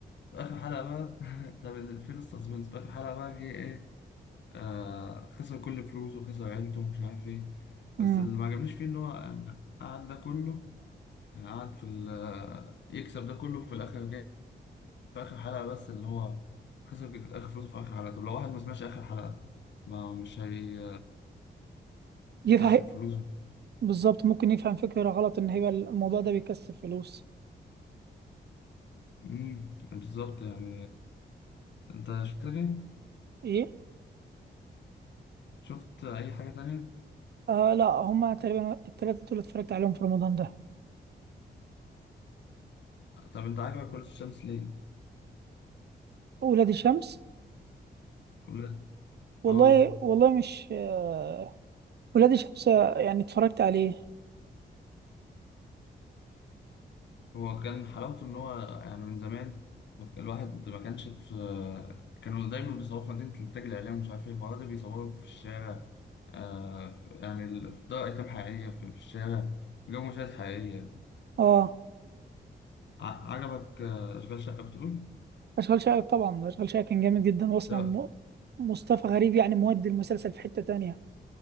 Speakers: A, on the left; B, on the right.
A: في آخر حلقة بقى <laughs> طب فين السسبنس في آخر حلقة بقى جه إيه آه خسر كل فلوسه وخسر عيلته ومش عارف إيه
B: امم
A: بس اللي ما عجبنيش فيه إن هو قعد ده كله يعني قعد في ال- يكسب ده كله في الآخر في آخر حلقة بس اللي هو خسر آخر فلوسه في آخر حلقة طب لو واحد ما سمعش آخر حلقة ما مش هي
B: يفهم
A: مش هيكسب فلوس
B: بالظبط ممكن يفهم فكره غلط ان هي الموضوع ده بيكسب فلوس
A: امم بالظبط يعني انت شفت تاني؟
B: ايه
A: شفت اي حاجة تانية
B: آه لا هما تقريبا التلاتة دول اتفرجت عليهم في رمضان ده
A: طب انت عاجبك ولاد الشمس ليه
B: ولاد الشمس
A: ولاد
B: والله
A: اه
B: والله مش آه، ولاد شمسة يعني اتفرجت عليه
A: هو كان حلاوته ان هو يعني من زمان الواحد ما كانش ت- كانوا دايما بيصوروا في مدينة الإنتاج الإعلامي ومش عارف إيه المرة دي بيصوروا في الشارع آه يعني ال- في دار أيتام حقيقية في في الشارع جو مشاهد حقيقية
B: اه
A: ع- عجبك آه، أشغال شقة بتقول؟
B: اشغال شقة طبعا اشغال شقة كان جامد جدا واصلا
A: لا
B: م- مصطفى غريب يعني مودي المسلسل في حتة تانية